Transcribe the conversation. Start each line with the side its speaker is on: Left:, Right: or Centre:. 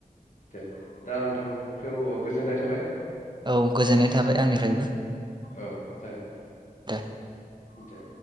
Left: दे दा नोंथां खौ गोजोननाय थाबाय।
Right: औ गोजोननाय थाबाय आंनिफ्रायबो
Left: औ जागोन
Right: दे
Left: दे